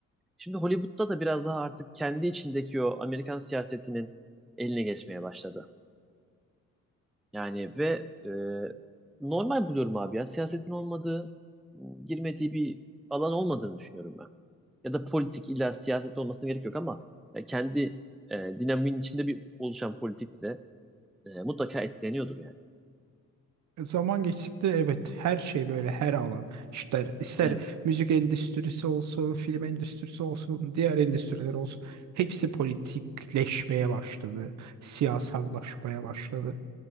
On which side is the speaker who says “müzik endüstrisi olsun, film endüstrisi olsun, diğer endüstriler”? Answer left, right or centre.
Right